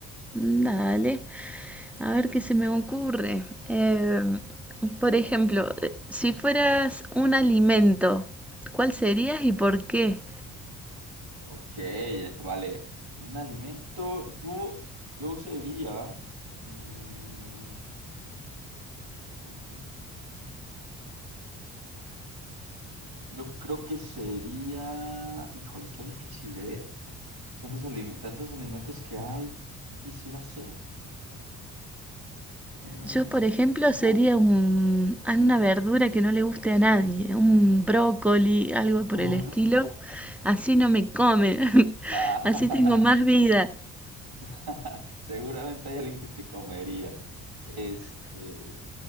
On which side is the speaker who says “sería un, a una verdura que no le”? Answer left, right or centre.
Centre